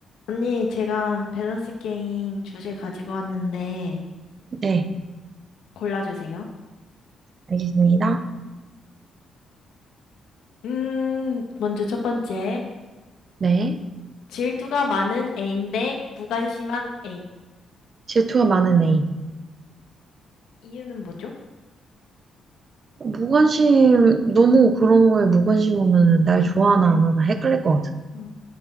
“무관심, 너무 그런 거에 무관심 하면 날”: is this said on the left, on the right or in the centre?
Right